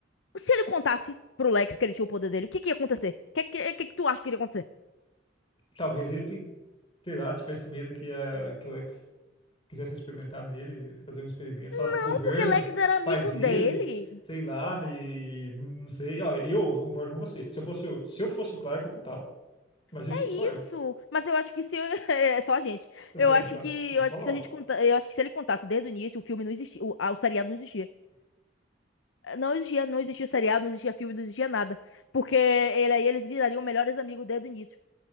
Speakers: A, on the left; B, on the left.
A: Se ele contasse pro Lex que ele tinha o poder dele, o que que ia acontecer? O que, que, que que tu acha que iria acontecer?
B: Talvez ele, pe- sei lá, tivesse medo que, a, que o Lex quisesse experimentar nele, fazer um experimento, falasse
A: Não,
B: pro governo,
A: porque Lex era amigo
B: pai dele,
A: dele.
B: sei lá, e não sei. Olha, eu concordo com você. Se eu fosse, o- se eu fosse o Clark, eu contava. Mas isso
A: É
B: sou só eu.
A: isso. Mas eu acho que se eu- <laughs> é só a gente.
B: Eu
A: Eu
B: sei,
A: acho
B: então.
A: que
B: Vamos
A: eu acho
B: falar.
A: que se a gente conta, eu acho que se ele contasse desde o início, o filme não existia, o, ah, o seriado não existia. Não existia, não existia seriado, não existia filme, não existia nada. Porque ele aí eles virariam melhores amigos desde o início.